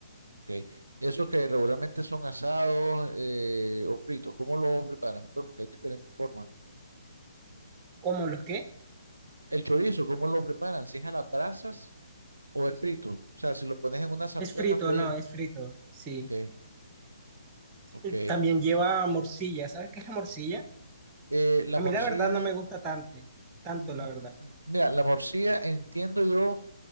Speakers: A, on the right; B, on the right.
A: ok. Esos que regularmente son asados eh, o fritos, ¿cómo lo preparan? Pues porque hay diferentes formas.
B: ¿Cómo los qué?
A: El chorizo, ¿cómo lo preparan? ¿Si es a las brasas o es frito? O sea, si lo pones en una sartén
B: Es frito,
A: a freír.
B: no, es frito, sí.
A: Ok, ok.
B: Y También lleva morcilla, ¿sabes qué es la morcilla?
A: Eh, la
B: A
A: morcilla.
B: mí la verdad no me gusta tanto, tanto
A: Mm,
B: la verdad.
A: Mira, la morcilla, entiendo yo,